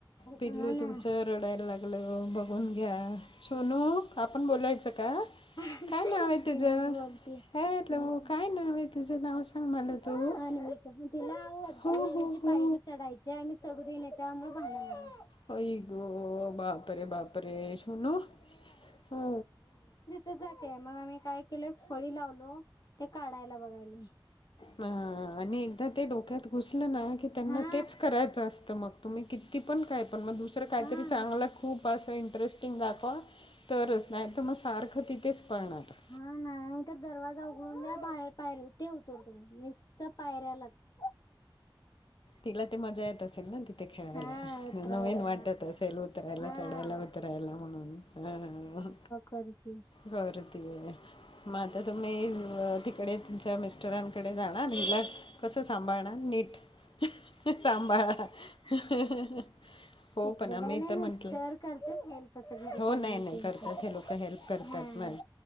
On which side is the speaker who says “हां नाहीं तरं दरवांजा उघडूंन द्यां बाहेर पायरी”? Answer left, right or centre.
Left